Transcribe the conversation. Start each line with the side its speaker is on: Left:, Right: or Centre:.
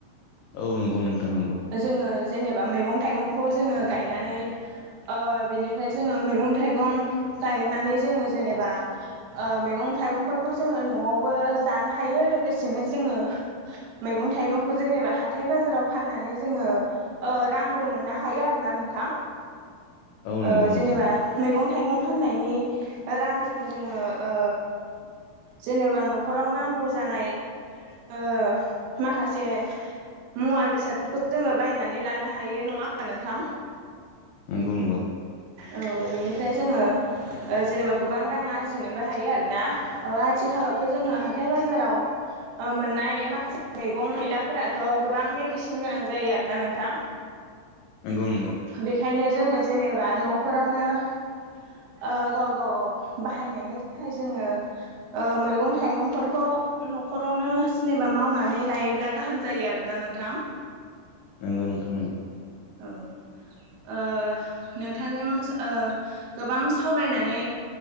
Left: औ नंगौ नोंथां नंगौ
Right: जोङो जेनेबा मैगं थाइगंखौ जोङो गायनानै ओ बेनिफ्राय जोङो मैगं थाइगं गायनानै जोङो जेनेबा ओ मैगं थाइगंफोरखौ जोङो न'आवबो जानो हायो लोगोसेनो जोङो मैगं थाइगंखौ जन नेबा हाथाय बाजाराव फाननानै जोङो रांबो मोननो हायो आरोना नोंथां।
Left: <inaudible> नंगौ
Right: ओ
Left: नोंथां
Right: जेनेबा मैगं थाइगं फाननायनि रांजों जोङो ओ जेनेबा न'खराव नांगौ जानाय ओ माखासे मुवा बेसादफोरखौ जोङो बायनानै लानो हायो नङा होमबा नोंथां।
Left: नंगौ नंगौ।
Right: औ बेनिफ्राय ओ जोङो जेनेबा गोबां रां आरजिनोबो हायो आरोना। ओ आथिखालावथ' जोङो हाथाय बाजाराव ओ मोननाय माखासे मैगं मैलाफोराथ' गोबां मेडिसिन गोनां जायो आरोना नोंथां।
Left: नंगौ नंगौ
Right: बेखायनो जोङो जेनेबा न'फोरावनो ओ गाव गाव बाहायनायनि थाखाय जोङो
Left: <inaudible>
Right: ओ मैगं थाइगंफोरखौ न'खरावनो जेनेबा मावनानै लायोब्ला गाहाम जायो आरोना नोंथां।
Left: नंगौ नोंथां नंगौ।
Right: औ ओ नोंथांजों ओ गोबां सावरायनानै